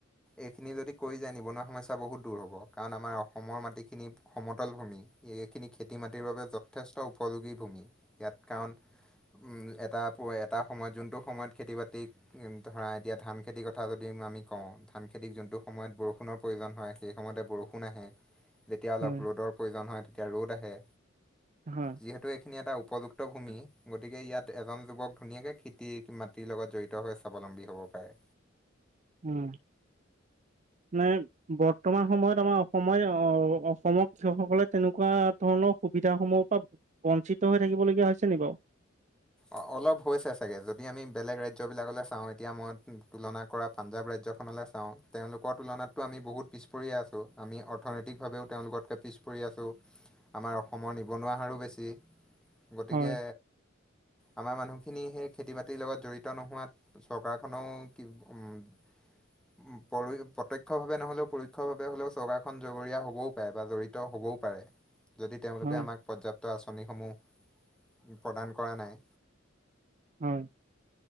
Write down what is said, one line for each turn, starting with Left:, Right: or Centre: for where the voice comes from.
Centre: এইখিনি যদি কৰি যায়, নিবনুৱা সমস্যা বহুত দূৰ হব। কাৰণ আমাৰ অসমৰ মাটিখিনি সমতল ভূমি। এইখিনি খেতি মাটিৰ বাবে যথেষ্ট উপযোগী ভূমি। ইয়াত কাৰণ উম, এটা প- এটা সময়ত যোনটো সময়ত খেতি-বাতিক ধৰা, এতিয়া ধান খেতিৰ কথা যদি আমি কওঁ ধান খেতিক যোনটো সময়ত বৰষুণৰ প্ৰয়োজন হয়, সেই সময়তে বৰষুণ আহে। যেতিয়া অলপ
Right: হয়।
Centre: ৰ'দৰ প্ৰয়োজন হয়, তেতিয়া ৰ'দ আহে।
Right: হয়,
Centre: যিহেতু এইখিনি এটা উপযুক
Right: <unintelligible>
Centre: গতিকে ইয়াত এজন যুৱক ধুনীয়াকে খেতিৰ মাটিৰ লগত জড়িত হৈ স্বাৱলম্বী হব পাৰে।
Right: উম। নাই, বৰ্তমান সময়ত আমাৰ অসময়- অ'- অসমক কৃষকসকলে তেনেকুৱা ধৰণৰ সুবিধাসমূহৰ পৰা বঞ্চিত হৈ থাকিবলগীয়া হৈছে নি বাৰু?
Centre: অ- অলপ হৈছে চাগে। যদি আমি বেলেগ ৰাজ্যবিলাকলৈ চাওঁ, এতিয়া মই তুলনা কৰা পাঞ্জাৱ ৰাজ্যখনলৈ চা তেওঁলোকৰ তুলনাতটো আমি বহুত পিছ পৰিয়ে আছোঁ। আমি অৰ্থনৈতিকভাৱেও তেওঁলোকতকে পিছ পৰি আছোঁ। আমাৰ অসমৰ নিবনুৱা হাৰো বেছি। গতিকে
Right: হয়,
Centre: আমাৰ মানুহখিনি সেই খেতি-বাতিৰ লগত জড়িত নোহোৱাত চৰকাৰখনেও কি উম পৰো প্ৰত্যক্ষ ভাৱে নহলেও পৰোক্ষ ভাৱে হলেও চৰকাৰখনন জগৰীয়া হবও পাৰে বা জড়িত হ'ব।
Right: <unintelligible>
Centre: যদি তেওঁলোকে
Right: হয়।
Centre: আমাক পৰ্যাপ্ত আঁচনিসমূহ প্ৰদান কৰা নাই
Right: হয়,